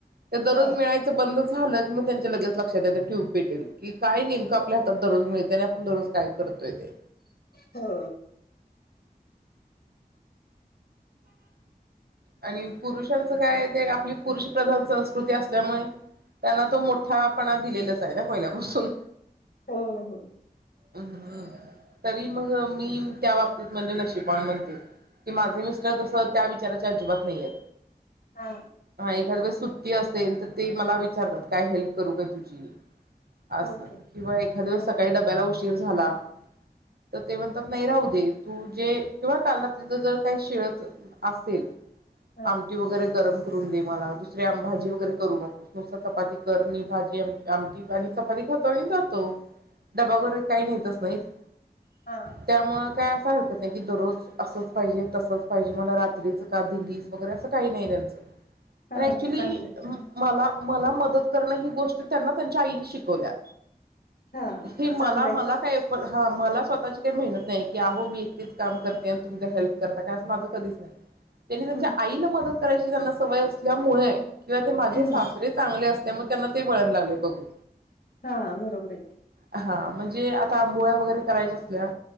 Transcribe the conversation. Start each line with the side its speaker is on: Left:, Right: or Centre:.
Right: ते दररोज
Left: हा
Right: मिळायच बंद झाल मग त्यांच्या लगेच लक्षात येत ट्यूब पेटेल की काय नेमक आपल्या हातात दररोज मिळते आणि आपण दररोज काय करतोय ते.
Left: हो
Right: आणि पुरुषांचं काय ते आपली पुरुष प्रधान संस्कृती असल्यामुळे त्यांना तो मोठापणा दिलेलाच आहे ना पहिल्यापासून
Left: हो हो
Right: हं तरी मग मी त्या बाबतीत म्हणजे नशीबान म्हणते की माझे मिस तस त्या विचाराच्या अजिबात नाहीयेत
Left: हा
Right: हा एखाद बस सुट ते असेल तर ते मला विचारतात काय हेल्प करू काय तुझी आस
Left: ओके
Right: किंवा एखाद्या वेस
Left: हा
Right: सकाळी डब्याला उशी र झाला तर ते म्हणतात नाही
Left: हा
Right: राहू दे तू जे किंवा काल रात्री जर काय शिळ <inaudible> असेल
Left: हा
Right: आमटी वगेरे गरम करून दे मला दुसरी आम् भाजी वगैरे करू नको नुसती चपाती कर मी भाजी आम आमटी आणि चपाती खातो आणि जातो. डबा
Left: हा
Right: वैगरे काही नेतच नाहीत
Left: हा
Right: त्यामुळं काय अ काही हरकत नाही की दररोज असंच पाहिजे तसंच पाहिजे मला रात्रीच का दिलीस वगैरे असं काही नाही त्यांचं
Left: हा
Right: ऍक्चुली
Left: चांगलंय
Right: अम् मला मला मद मदत करणं ही गोष्टच त्यांना त्यांच्या आईने शिकवल्या
Left: हा
Right: हे मला
Left: चांगलंय
Right: मला काय पण हा मला स्वतःची काही मेहनत नाही की आहो मी एकटीच काम करते आणि तुम्ही जरा हेल्प करता का? माझं कधीच नाही. त्यांनी त्यांच्या
Left: हम्म
Right: आईला मदत करायची त्यांना सवय असल्यामुळे किंवा ते माझे
Left: हम्म
Right: सासरे चांगले असल्यामुळे त्यांना ते वळण लागलय बघून.
Left: हा बरोबर आहे
Right: हा म्हणजे आता आंबोळ्या वगैरे करायच्या असल्या